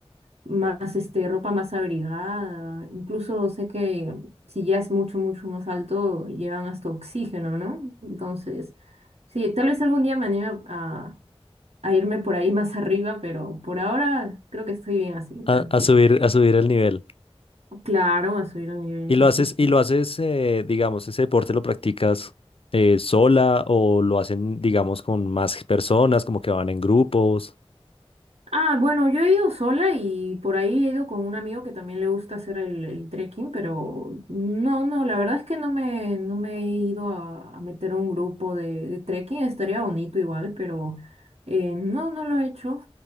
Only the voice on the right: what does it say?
más este, ropa más abrigada. Incluso sé que si ya es mucho, mucho más alto, llevan hasta oxígeno, ¿no? Entonces, sí, tal vez algún día me anime a, a irme por ahí más arriba, pero por ahora creo que estoy bien así,
tranquilo.
Claro, a subir el nivel,
sí. sí.
Ah, bueno, yo he ido sola y por ahí he ido con un amigo que también le gusta hacer el, el trekking, pero no, no, la verdad es que no me, no me he ido a, a meter a un grupo de, de trekking, estaría bonito igual, pero eh, no, no lo he hecho.